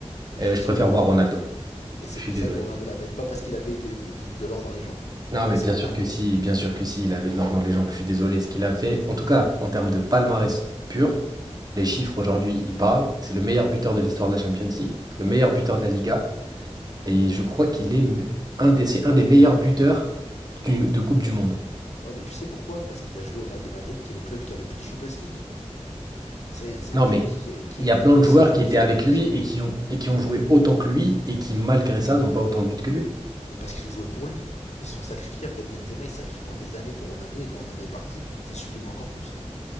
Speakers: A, on the left; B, on the right.
A: Je
B: Et je
A: suis
B: préfère
A: d'accord.
B: voir Ronaldo.
A: Et c'est
B: Je suis
A: pour
B: désolé.
A: ça que Ronaldo l'avait. Pas parce qu'il avait du- du- de l'or dans les jambes.
B: Non, mais
A: Et c'est
B: bien
A: pas
B: sûr
A: normal.
B: que si, bien sûr que si, il avait de l'or dans les jambes. Je suis désolé, ce qu'il a fait, en tout cas, en termes de palmarès pur, les chiffres aujourd'hui, ils parlent. C'est le meilleur buteur de l'histoire de la Champions League, le meilleur buteur de la Liga, et je crois qu'il est me- un des, c'est un des meilleurs buteurs du- de Coupe du Monde.
A: Ouais, mais tu sais pourquoi Parce qu'il a joué au Real de Madrid, qui est le club qui a le plus de Champions League. C'est c'est
B: Non,
A: un club
B: mais
A: qui, qui,
B: il y
A: qui-
B: a plein de joueurs
A: sans- avec
B: qui étaient
A: ou sans
B: avec
A: Ronaldo,
B: lui
A: ils auraient
B: et
A: gagné.
B: qui ont, et qui ont joué autant que lui et qui, malgré ça, n'ont pas autant de buts que lui.
A: Mais parce qu'ils ont joué pour lui. Ils se sont sacrifiés. Regarde Benzema, il s'est sacrifié pendant des années pour Ronaldo, et quand Ronaldo est parti, il s'est sublimé encore plus.